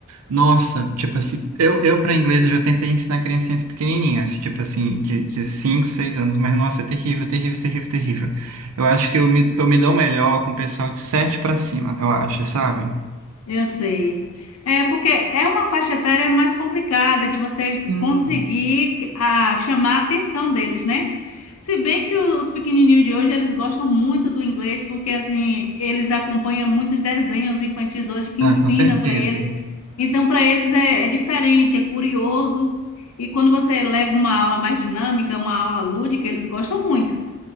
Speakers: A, on the right (about 80°); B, on the left (about 85°).
A: Nossa, tipo assim, eu, eu para inglês eu já tentei ensinar criancinhas pequenininhas, tipo assim, de, de 5 6 anos, mas nossa, é terrível, terrível, terrível, terrível. Eu acho que eu me, eu me dou melhor com o pessoal de 7 para cima, eu acho, sabe?
B: Eu sei. É porque é uma faixa etária mais complicada de você
A: Hum.
B: conseguir ah, chamar a atenção deles, né? Se bem que os pequenininhos de hoje, eles gostam muito do inglês, porque assim, eles acompanham muitos desenhos infantis hoje que
A: Ah,
B: ensina
A: com certeza.
B: para eles. Então, para eles é, é diferente, é curioso. E quando você leva uma aula mais dinâmica, uma aula lúdica, eles gostam muito.